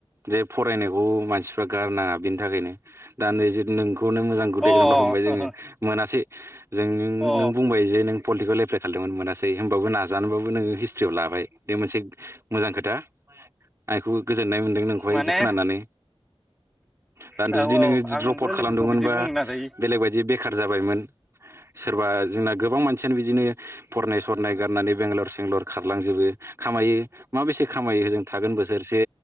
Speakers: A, on the right; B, in the centre.
A: जे फरायनायाव अ मानसिफ्रा गारनाङा बिनि थाखायनो दा नै जुदि नोंखौ नो मोजां गुद
B: आं
A: एक्जामाव हमबाय जों
B: र' अ
A: मोनासै जों
B: अ औ
A: नों बुंबाय जे नों पलिटिकेल एप्लाइ खालामदोंमोन मोनासै होमबाबो नाजानोबाबो नोङो हिस्ट्रियाव लाबाय बे मोनसे मोजां खोथा। आं बेखौ गोजोननाय मोन्दों नोंखौहाय
B: माने
A: बिदि खोनानानै। दा
B: औ
A: जुदि नोङो
B: औ आंबो
A: द्रप आउट खालामदोंमोनबा
B: लोगोखौ बिदि बुंनो नाजायो
A: बेलेग बायदि बेखार जाबायमोन। सोरबा जोंना गोबां मानसियानो बिदिनो फरायनाय सम गारनानै बेंगलर सेंलर खारलांजोबो खामायो। मा बेसे खामायो होजों थागोन बोसोरसे